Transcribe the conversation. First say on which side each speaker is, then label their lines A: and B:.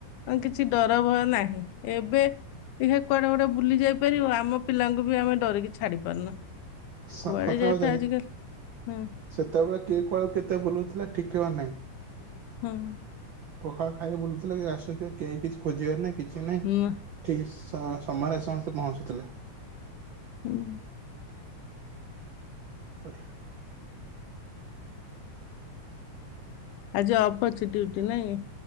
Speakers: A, on the left; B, on the right.
A: ଆଉ କିଛି ଡର ଭୟ ନାହିଁ ଏବେ ଏଵେ କୁଆଡେ ଗୋଟେ ବୁଲି ଯାଇ ପାରିବ ଆମ ପିଲାଙ୍କୁ ବି ଆମେ ଡରିକି ଛାଡି ପାରୁନୁ।
B: ସତ
A: କୁଆଡେ
B: କଥା
A: ଯାଇତେ
B: ହଉଛ ଯଦି,
A: ଆଜିକାଲି ହଁ
B: ସେତେବେଳେ କିଏ କୁଆଡେ କୁ କେତେ ବୁଲୁଥିଲା ଠିକ ଠିକଣା ନାହିଁ।
A: ହୁଁ।
B: ପଖାଳ ଖାଇକି ବୁଲୁଥିଲ ଆସିକି କେହି କିଛି ଖୋଜିବାର ନାହିଁ କିଛି ନାଇଁ।
A: ହୁଁ
B: ଠିକ୍ ସମ ସମୟରେ ସମସ୍ତେ ପହଞ୍ଚୁଥିଲେ।
A: ହୁଁ।
B: କ <inaudible>
A: ଆଜି ଅଫ ଅଛି ଡିଉଟି ନାଇଁ?